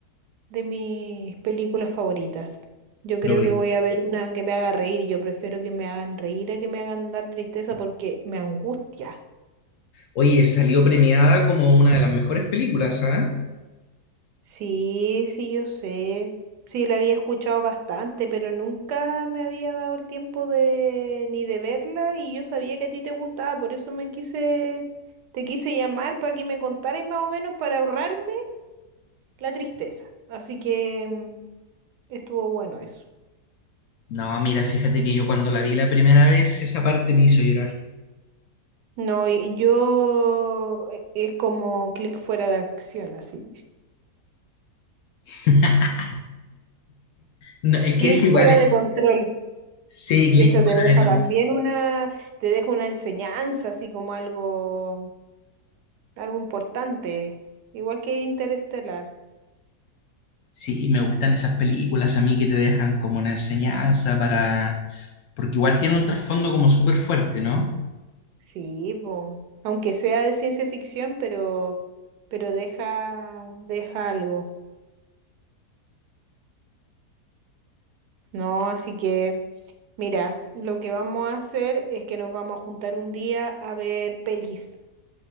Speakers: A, on the right; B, on the left.
A: de mis películas favoritas. Yo creo
B: Lo-
A: que voy a ver una que me haga reír. Yo prefiero que me hagan reír a que me hagan dar tristeza porque me angustia.
B: Oye, salió premiada como una de las mejores películas, ¿ah?
A: Sí, sí, yo sé. Sí, la había escuchado bastante, pero nunca me había dado el tiempo de ni de verla y yo sabía que a ti te gustaba, por eso me quise, te quise llamar para que me contaras más o menos para ahorrarme la tristeza. Así que mm, estuvo bueno eso.
B: No, mira, fíjate que yo cuando la vi la primera vez, esa parte me hizo llorar.
A: No, y yo e- es como clic fuera de acción, así.
B: <laughs> No, es
A: Clic
B: que es
A: fuera
B: igual, eh.
A: de control.
B: sí, Click,
A: Eso te deja
B: bueno,
A: también
B: me-
A: una, te deja una enseñanza, así como algo algo importante, igual que Interestelar.
B: sí, me gustan esas películas a mí que te dejan como una enseñanza para, porque igual tiene un trasfondo como súper fuerte, ¿no?
A: Sí, po. Aunque sea de ciencia ficción, pero, pero deja, deja algo, ¿no? Así que, mira, lo que vamos a hacer es que nos vamos a juntar un día a ver pelis.